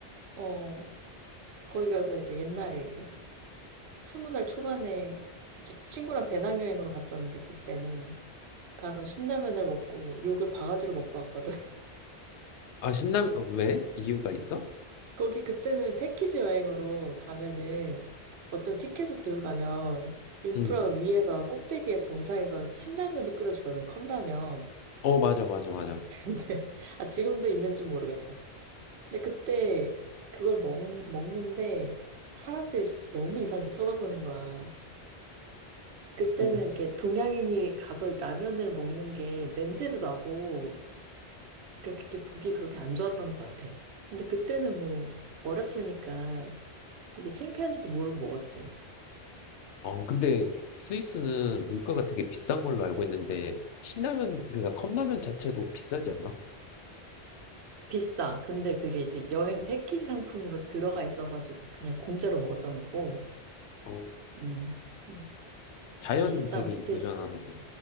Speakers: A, on the right; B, on the left.
A: 어, 거기 가서 이제 옛날에 이제, 스무 살 초반에 같이 친구랑 배낭여행으로 갔었는데, 그때는 가서 신라면을 먹고, 욕을 바가지로 먹고 왔거든.
B: 아 신라면 어, 왜? 이유가 있어?
A: 거기 그때는 패키지 여행으로 가면은 어떤 티켓을 들고 가면 융프라가
B: 응.
A: 위에서 꼭대기에 정상에서 신라면을 끓여주거든, 컵라면.
B: 어 맞아 맞아 맞아.
A: <laughs> 근데, 아, 지금도 있는지 모르겠어. 근데 그때 그걸 먹, 먹는데 사람들이 진짜 너무 이상하게 쳐다보는 거야. 그때는
B: 어,
A: 이렇게 동양인이 가서 라면을 먹는 게 냄새도 나고, 그러니까 그게 보기 그렇게 안 좋았던 것 같아. 근데 그때는 뭐 어렸으니까 이게 창피한지도 모르고 먹었지.
B: 아 근데 스위스는 물가가 되게 비싼 걸로 알고 있는데 신라면 그러니까 컵라면 자체도 비싸지 않아?
A: 비싸. 근데 그게 이제 여행 패키지 상품으로 들어가 있어가지고 그냥 공짜로 먹었던 거고.
B: 어
A: 음. 음.
B: 자연
A: 비싸.
B: 되게
A: 근데
B: 이쁘잖아 근데